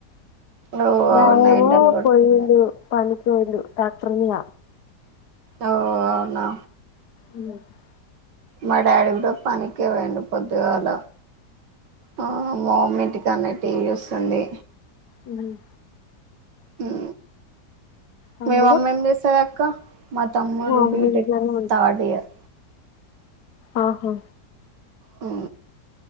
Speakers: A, on the right (about 80°); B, on the left (about 70°).
A: ఓ
B: బావేమో
A: అవునా ఎండలు కొడుతున్నాయి
B: పోయిండు పనుకుండు ట్రాక్టర్ మీద
A: ఔ అవునా
B: ఇందాక
A: మా డాడీ కూడా పనికి పోయిండు పొద్దుగాల. మా మమ్మీ ఇంటికి తల నొప్పి వస్తుంది.
B: మిమ్మల్ని
A: ఊ
B: తమ్ముడు
A: మీ మమ్మెం చేస్తాది అక్క. మా తమ్ముడు
B: మా మమ్మీ
A: బిటెక్
B: ఇంట్లోనే
A: థర్డ్ ఇయర్.
B: ఆహ
A: ఊ